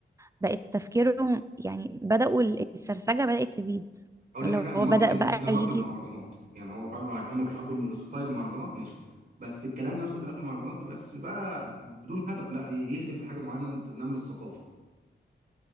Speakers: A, on the right (about 15°); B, on the right (about 45°).
A: بقت تفكيرهم يعني بدأوا السرسجة بدأت تزيد
B: اقول لك
A: لو
B: حاجه انا
A: هو
B: موافق
A: بدأ
B: جدا
A: بقى
B: انا موافق
A: يجي
B: بالمهرجانات يعني هو فعلا هم بيحبوا الم- ستايل المهرجانات ماشي بس الكلام نفسه اتقال في المهرجانات ما يبقاش بقى بدون هدف لا يهدف لحاجه معينه تنمي الثقافه